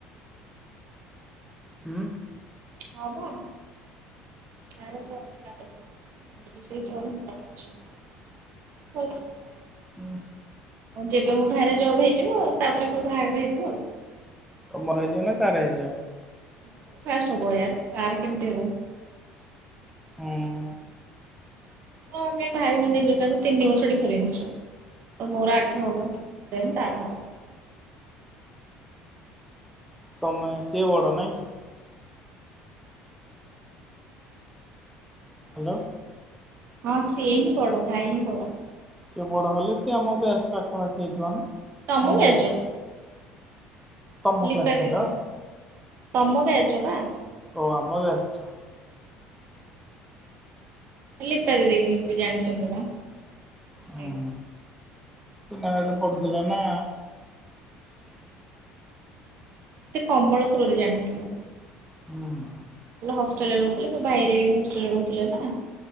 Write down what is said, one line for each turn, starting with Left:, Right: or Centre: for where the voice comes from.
Centre: ହୁଁ।
Right: ହଁ ବା। ତାର ଜବ୍ ହେଲା ପର୍ଯ୍ୟନ୍ତ, ମୋର ବି ସେଇ ଜବ୍ ହେଲା ପର୍ଯ୍ୟନ୍ତ। <unintelligible>
Centre: ହୁଁ।
Right: ଯେବେ ମୋ ଭାଇ ର ଜବ ହେଇଯିବ ତାପରେ ପରେ ପରେ ବାହାଘର ହେଇଯିବ ଆଉ।
Centre: ତମର ହେଇଯିବ ନା ତାର ହେଇଯିବ।
Right: ମୋର ଫାଷ୍ଟ ହବ ୟାର ତାର କେମିତି ହବ?
Centre: ହୁଁ।
Right: ମୁଁ ଆମେ ଭାଇ ଭଉଣୀ ଦିଜଣ ଯାକ ତିନି ବର୍ଷ ଡିଫରେନ୍ସ ର। ତ ମୋର ଆଗ ହବ ଦେନ୍ ତାର ହବ।
Centre: ତମେ ସିଏ ବଡ଼ ନା କି? ହାଲୋ।
Right: ହଁ ସିଏ ହିଁ ବଡ, ଭାଇ ହିଁ ବଡ।
Centre: ସିଏ ବଡ଼ ହେଲେ ସିଏ ଆମ ଵ୍ୟାଚ୍ ପାଖାପାଖି ହେଇଥିବ ନା?
Right: ତମ
Centre: ଆମ
Right: ଵ୍ୟାଚ୍
Centre: ବ୍ୟାଚ
Right: ର।
Centre: ତମ
Right: ଲିପା
Centre: କ୍ଲାସମେଟ
Right: ଦିଦି ତମ ଵ୍ୟାଚ୍ ର ପା।
Centre: ଓ ଆମ ଵ୍ୟାଚ୍ ର।
Right: ଲିପା ଦିଦିଙ୍କି ବି ଜାଣିଛନ୍ତି ବା।
Centre: ହଁୁ
Right: ଭାଇକୁ।
Centre: ସେ ନୟାଗଡ ପଢ଼ୁଥିଲା ନା?
Right: ସେ କମଳ ଥ୍ରୋରେ ଜାଣିଥିବ।
Centre: ହୁଁ।
Right: ହଷ୍ଟେଲରେ ରହୁଥିଲେ ମୋ ଭାଇ ହେରିକା ବି ହଷ୍ଟେଲରେ ରହୁଥିଲେ ନା